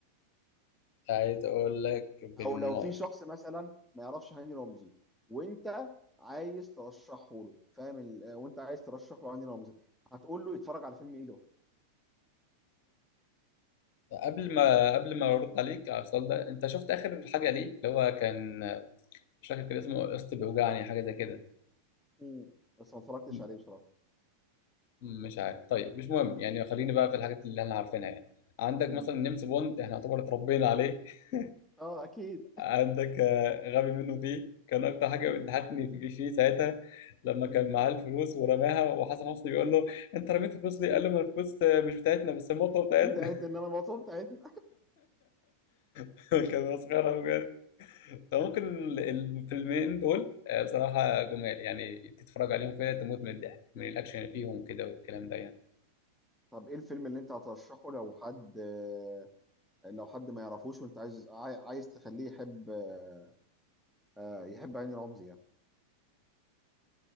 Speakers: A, on the left (about 50°); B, in the centre.
A: عايز أقول لك بن
B: او لو في شخص مثلا ما يعرفش هاني رمزي وانت عايز ترشحه له فاهم ال... وانت عايز ترشح له هاني رمزي هتقول له يتفرج على فيلم ايه له
A: قبل ما قبل ما ارد عليك على السؤال ده انت شفت اخر حاجه ليه اللي هو كان مش فاكر كان اسمه قسط بيوجعني حاجه زي كده
B: م- بس ما اتفرجتش
A: م-
B: عليه بصراحه
A: مش عارف طيب مش مهم يعني خليني بقى في الحاجات اللي احنا عارفينها يعني عندك
B: م.
A: مثلا نيمس بوند احنا يعتبر اتربينا عليه <laughs>
B: اه اكيد
A: عندك آه، غبي منه فيه كان اكتر حاجه
B: م-
A: بتضحكني في- فيه ساعتها لما كان
B: م.
A: معاه الفلوس ورماها وحسن حسني بيقول له انت رميت الفلوس ليه؟ قال له ما الفلوس آه، مش بتاعتنا بس المطوه بتاعتنا
B: مش بتاعتنا انما الموضوع بتاعتنا.
A: <laughs> كان مسخره فممكن ال- ال- الفيلمين دول آه، بصراحة جمال يعني تتفرج عليهم كده تموت من الضحك من الأكشن اللي فيهم كده والكلام ده يعني
B: طب ايه الفيلم اللي انت هترشحه لو حد آه، لو حد ما يعرفوش وانت عايز عاي- عايز تخليه يحب آه، آه، يحب هاني رمزي يعني